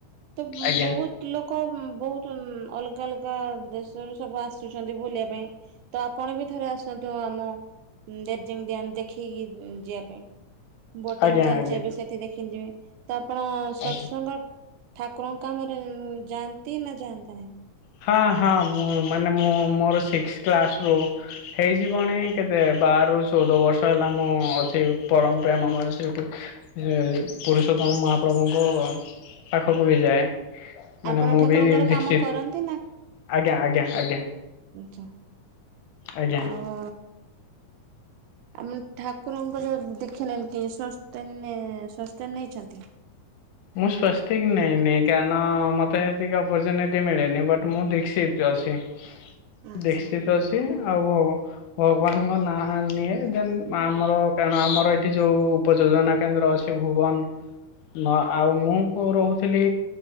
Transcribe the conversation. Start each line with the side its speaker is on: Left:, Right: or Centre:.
Right: ତ
Left: ଆଜ୍ଞା
Right: ବହୁତ ଲୋକ ଲୋକ ବହୁତ ଅଲଗା ଅଲଗା ଦେଶରୁ ସବୁ ଆସୁଛନ୍ତି ବୁଲିବା ପାଇଁ ତ ଆପଣ ବି ଥରେ ଆସନ୍ତୁ ଆମ ଡ଼ାରଜିଂ ଡ୍ୟାମ ଦେଖେଇକି ଯିବା ପାଇଁ ବୋଟିଂ
Left: ଆଜ୍ଞା
Right: ଚାଲିଛି
Left: ଆଜ୍ଞା
Right: ଏବେ ସେଠି ଦେଖିନ ଯିବେ ତ ଆପଣ ସତସଙ୍ଗ
Left: ଆଜ୍ଞା।
Right: ଠାକୁରଙ୍କ କାମରେ ଯାଆନ୍ତି ନା ଯାଆନ୍ତି ନାହିଁ?
Left: ହଁ ହଁ ମୁଁ ମାନେ ମୁଁ ମୋର ସିକ୍ସ କ୍ଲାସ ରୁ ହେଇଯିବଣି କେତେ ବା ବାରରୁ ଚଉଦ ବର୍ଷ ହେଲା ମୁଁ ଅଛି ପରମ ପ୍ରେମମୟ ଶ୍ରୀ ଏ ପୁରୁଷୋତ୍ତମ ମହାପ୍ରଭୁଙ୍କ ପାଖକୁ ବି ଯାଏ
Right: ଆପଣ
Left: ମାନେ ମୁଁ
Right: ଠାକୁରଙ୍କର
Left: ବି ଦିକ୍ସିତ୍।
Right: କାମ କରନ୍ତି
Left: ଆଜ୍ଞା ଆଜ୍ଞା ଆଜ୍ଞା।
Right: ଆଛା
Left: ଆଜ୍ଞା
Right: ଆଉ। ଆମ ଠାକୁରଙ୍କ ଯୋଉ ଦେଖିଲେ ଏନ୍ତି ସ୍ଵସ୍ଥ ସସ୍ଥ ନେଇଛନ୍ତି?
Left: ମୁଁ ସ୍ଵସ୍ତିକ ନେଇନି କାରଣ ମତେ ହେତିକି ଅପର୍ଚୁନିଟି ମିଳେନି ବଟ ମୁଁ ଦିକ୍ସିତ୍ ଅଛି। ଛି
Right: ଆଚ୍ଛା।
Left: ଦୀକ୍ଷିତ ଅଛି ଆଉ ଭଗବାନଙ୍କ ନାଁ ନିଏ। ଦେନ୍ ଆମର କାରଣ ଆମର ଏ ଏଠି ଯୋଉ ଉପଯୋଜନା କେନ୍ଦ୍ର ଅଛି ଭୁବନ ନ ଆଉ ମୁଁ କୋଉ ରହୁଥିଲି